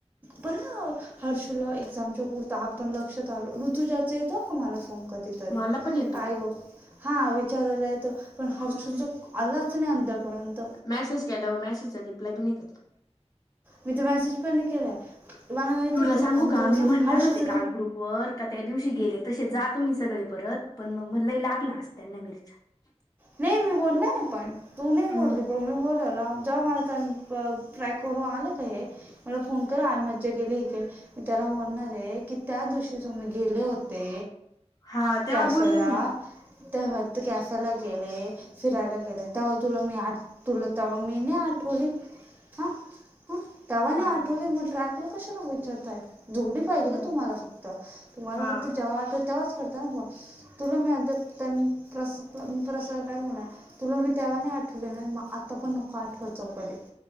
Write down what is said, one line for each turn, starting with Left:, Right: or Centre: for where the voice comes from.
Right: बरं हर्षुला एक्झामच्या पुरता आपण लक्षात आलो. ऋतुजाच येतो बरं का मला फोन कधीतरी.
Left: मला पण येतो
Right: काय ग? हा विचारला येतो. पण हर्षू
Left: हम्म
Right: चा आलाच नाही आता पर्यंत.
Left: मॅसेज केल्यावर, मॅसेज रिप्लाय बी नाही करीत.
Right: मी तर मेसेज पण नाही केलाय. मला माहिती
Left: तुला
Right: होतं,
Left: सांगू
Right: आणि
Left: का
Right: तुला
Left: मी
Right: सांगु
Left: म्हणणार
Right: हर्षूच
Left: होते काल ग्रुप वर का त्या दिवशी गेले, तसे जा तुम्ही सगळे परत. पण मग म लयं लागल्या असं त्यांना मिरच्या. <inaudible>
Right: नाही मी बोलणारे पण तू नाही
Left: हम्म.
Right: बोलली, पण मी बोललं. जाऊन आले ट्रॅक वरून आले का हे मला फोन कर, आज मज्जा गेले, हे केले मी त्याला बोलणार आहे की, त्या दिवशी तुम्ही गेले होते
Left: हा तेव्हा
Right: कॅफेला
Left: बोले मी.
Right: <unintelligible> गेले. फिरायला गेले, तेव्हा तुला मी आठ, तुलं तेव्हा मी नाही आठवली? हा, हा. तेव्हा नाही
Left: हा
Right: आठवली मग ट्रॅकला कशाला विचारताय. जोडी पाहिजे
Left: हम्म.
Right: का तुम्हाला फक्त. तुम्हाला
Left: हा
Right: फक्त जेव्हा आठवते तेव्हाच करतात ना कॉल. तुला मी आता <unintelligible> <unintelligible> तुला मी तेव्हा नाही आठवले ना, मग आता पण नको आठवत जाऊ कधी.